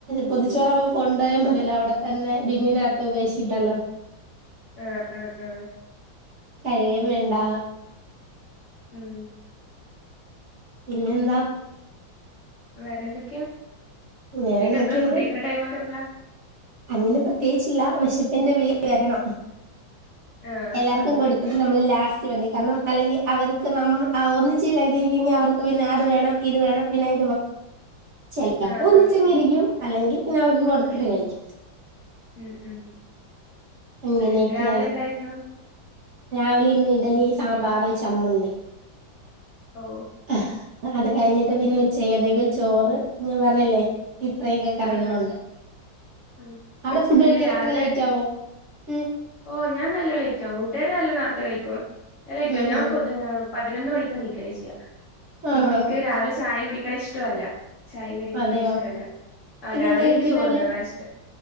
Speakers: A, on the right; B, on the left.
A: പൊതിച്ചോറാവുമ്പോ കൊണ്ടായ മതില്ലോ. അവിടെ തന്നെ ബിന്നിനാത്ത് ഉപേക്ഷിക്കലോ.
B: അ അ അ
A: കഴികേംവേണ്ട
B: മം
A: പിന്നെന്താ
B: വേറെന്തൊക്കെയാ നീയെൻട്ട്
A: വേറെന്തൊക്കെയുണ്ട്
B: എപ്പളാ ഫുഡ് കയിക്കണ ടൈമൊക്കെ എപ്പള
A: അങ്ങനെ പ്രത്യേകിച്ചില്ല. വിശപ്പിന്റെ വിളിവരണം.
B: ആഹ്
A: എല്ലാർക്കും.
B: അങ്ങനെ.
A: കൊടുത്തിട്ട് നമ്മള് ലാസ്റ്റ്. കാരണം അല്ലെങ്കിൽ അവർക്ക് നമ്മ ഒന്നച്ച് കഴിക്കനിരിക്കെങ്കിൽ അവർക്ക് പിന്നെ അത് വേണം. ഇത് വേണം. പിന്നെ ചെപ്പോക്കൊ
B: ആഹ്
A: ഒന്നിച്ചിരിക്കും
B: ആഹ് ആഹ്
A: അല്ലെങ്കിൽ പിന്നെ അവർക്ക് കൊടുത്തിട്ട്
B: ആഹ്
A: കഴിക്കും.
B: ഉം ഉം
A: അങ്ങനെയൊക്കെയാണ്
B: ഏ രാവിലെ എന്തായിരുന്നു.
A: രാവിലെ ഇന്ന് ഇഡലി, സാമ്പാറ്, ചമ്മന്തി,
B: ഓ
A: ആഹ് അത് കഴിഞ്ഞിട്ട് പിന്നെ ഉച്ചയതേക്ക് ചോറ് ഞാൻ പറഞ്ഞില്ലേ. ഇത്രയൊക്കെ കറികളുണ്ട്
B: ആഹ് ആഹ് ഉം
A: അവിടെ ഫുഡ്
B: പിന്നെ
A: കഴിക്കാനങ്ങനെ
B: രാവിലെ
A: ലേറ്റ് ആവോ? ഉം
B: ഓ ഞാൻ നല്ലോലെ ലെറ്റാകും. വീട്ടുകാരെല്ലാ നേർത്തെ കഴിക്കും. ഞാൻ ലേറ്റോകും.
A: ഉം
B: ഞാൻ
A: ഉം ഉം
B: പതിനൊന്ന് മണിക്കാണിക്കണ് ചെയ്യാം. പിന്നെ
A: ആഹ് ആഹ്
B: ഇൻക്ക് രാവിലെ ചായ കുടിക്കണ ഇഷ്ടോല്ല. ചായീംകടിയും കുടിക്കണ
A: അതെയോ
B: ഇഷ്ടല്ല. ആ
A: പിന്നെ
B: രാവിലെ
A: എന്ത് കഴിക്കും
B: എനിക്ക് ചോറ്
A: രാവിലെ
B: തിന്നണതാഷ്ടം.